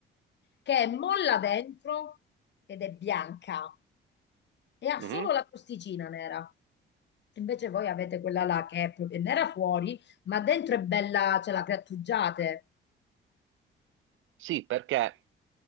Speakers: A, on the left; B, on the right.
A: che è molla dentro ed è bianca e ha
B: Mhm.
A: solo la crosticina nera. Invece voi avete quella là che è proprio nera fuori, ma dentro è bella, ce la grattugiate.
B: Sì, perché